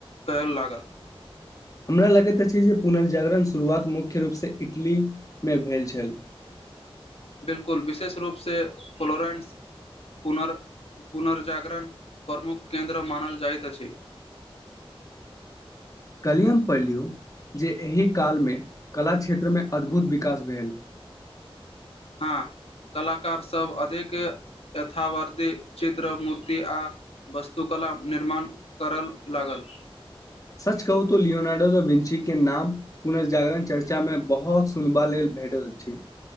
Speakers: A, on the left (about 80°); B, on the left (about 35°).
A: कल लागत
B: हमरा लगैत अछि जे पुनर्जागरण शुरुआत मुख्य रूपसँ इटलीमे भेल छल
A: बिलकुल विशेष रूपसँ फ्लोरेंस पुन पुनर्जागरण प्रमुख केन्द्र मानल जाइत अछि <inaudible>
B: पढ़िय जे एहि काल मे कला क्षेत्र मे अद्भुत विकास भेल
A: हँ कलाकारसभ अधिक यथावर्ध चित्र मूर्ति आ वस्तुकला निर्माण करय लागल
B: सच कहू तो लियोनार्डो त विन्सी के नाम पुनर्जागरण चर्चामे बहुत सुनबा लेल भेटैत छी